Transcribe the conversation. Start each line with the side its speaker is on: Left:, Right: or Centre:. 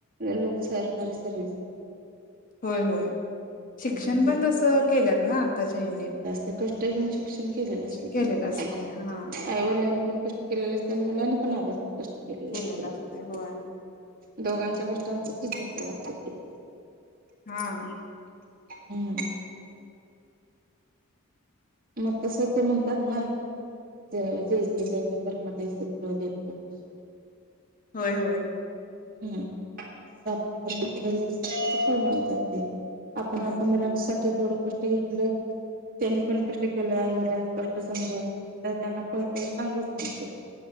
Right: लोक सरकारी सर्विस ला
Left: होय होय, शिक्षण
Right: मग त्यांचं
Left: पण तसं केल्यात ना, आत्ताच्या हने.
Right: ते कष्ट घेऊन शिक्षण केलेलं असते
Left: केलेलं
Right: तिने.
Left: असते हा
Right: आईवडिलांनी पण कष्ट केलेले असतय, आणि मुलांनी पण अभ्यासात कष्ट केलेले
Left: केलेलं
Right: असतय.
Left: असते होय
Right: दोघांच्या कष्टांचं चिज झालेलं असत.
Left: हा.
Right: हम्म. मग तस ते म्हणतात ना. जैसे ज्याच कर्म तसे फळ देतो रे ईश्वर.
Left: होय होय.
Right: हम ग करून जातेय. आपण
Left: हा
Right: आता मुलांसाठी थोडं कष्ट घेतलं त्यांनी पण कष्ट केलं, आईवडिलांचं कष्ट समजून, तर त्यांना फळ ते चांगलंच मिळतय.